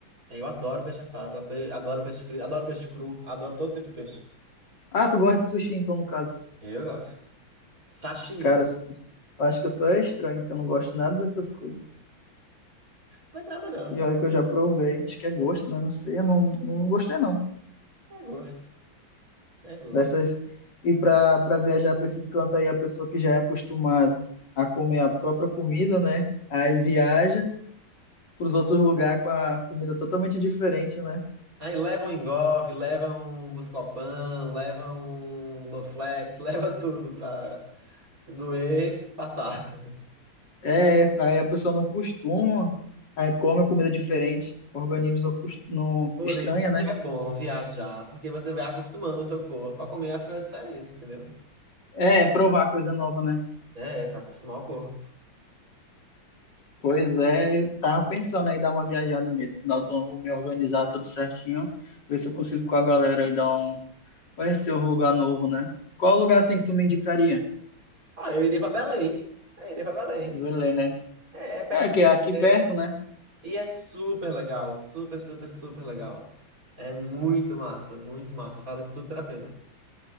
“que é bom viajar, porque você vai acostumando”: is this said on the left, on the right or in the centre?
Right